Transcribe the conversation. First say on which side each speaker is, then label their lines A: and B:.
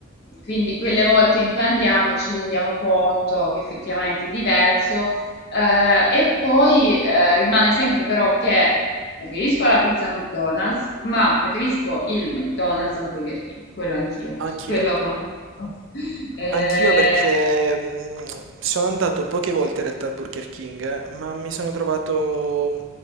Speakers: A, on the left (about 50°); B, on the right (about 65°).
A: quindi quelle volte in cui andiamo ci rendiamo conto che effettivamente è diverso. Eh, e poi eh, rimane sempre però che preferisco la pizza McDonald's, ma preferisco il McDonald's al Burger King, quello anch'io,
B: Anch'io.
A: su quello concordo. <laughs> Eh,
B: Anch'io perché mh, sono andato poche volte in realtà al Burger King, eh, ma mi sono trovato...